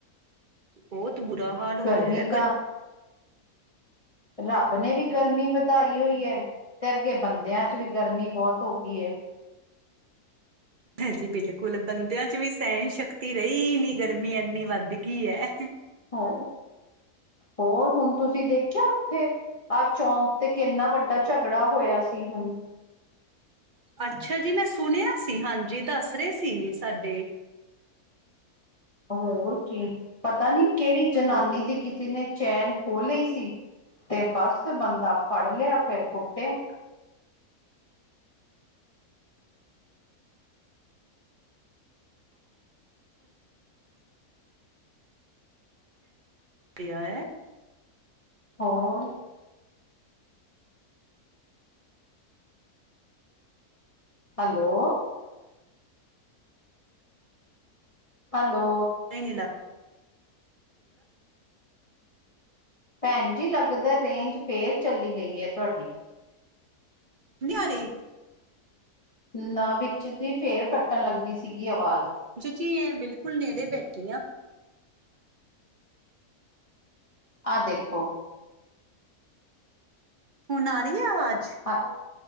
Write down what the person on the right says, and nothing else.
ਬੋਤ ਬੁਰਾ ਹਾਲ ਹੋਇਆ
ਹੈ
ਗ
ਹਾਂਜੀ ਬਿਲਕੁਲ ਬੰਦਿਆਂ ਚ ਵੀ ਸਹਿਣ, ਸ਼ਕਤੀ ਰਹੀ ਨੀ ਗਰਮੀ ਇੰਨੀ ਵੱਧ ਗਈ ਹੈ।
ਅੱਛਾ ਜੀ, ਮੈਂ ਸੁਣਿਆ ਸੀ। ਹਾਂਜੀ, ਦੱਸ ਰਹੇ ਸੀ ਸਾਡੇ।
ਹਾਂ
ਪਿਆ ਏ।
ਨਹੀਂ -ਨਹੀਂ ਲ
ਨੀ ਆ ਰੀ।
ਕੀ ਐ ਬਿਲਕੁਲ ਨੇੜੇ ਬੈਠੀ ਆ।
ਹੁਣ ਆ ਰਹੀ ਹੈ ਆਵਾਜ਼?